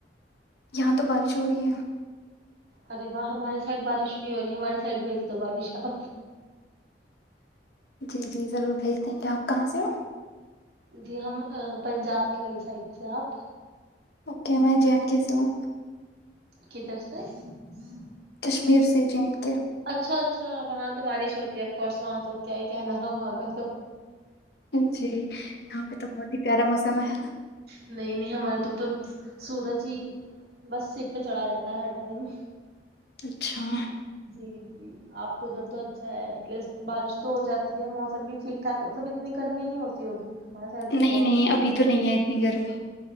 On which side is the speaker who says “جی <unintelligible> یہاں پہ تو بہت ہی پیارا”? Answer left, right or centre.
Left